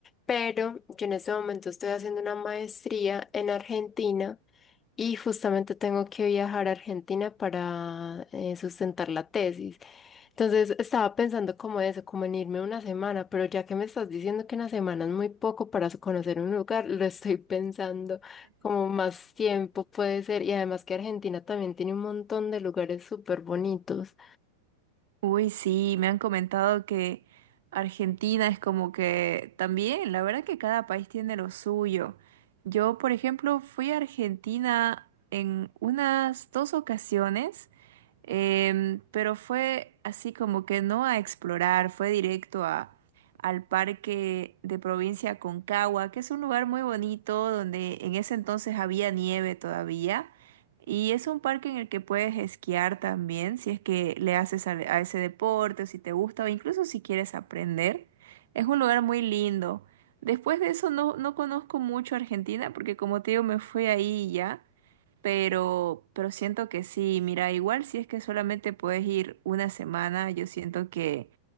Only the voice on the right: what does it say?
Uy, sí, me han comentado que Argentina es como que también, la verdad que cada país tiene lo suyo. Yo, por ejemplo, fui a Argentina en unas dos ocasiones, em, pero fue así como que no a explorar, fue directo a, al parque de provincia Concagua, que es un lugar muy bonito donde en ese entonces había nieve todavía. Y es un parque en el que puedes esquiar también, si es que le haces al- a, ese deporte, o si te gusta, o incluso si quieres aprender. Es un lugar muy lindo. Después de eso no, no conozco mucho Argentina, porque como te digo, me fui ahí y ya. Pero, pero siento que sí, mira, igual si es que solamente puedes ir una semana, yo siento que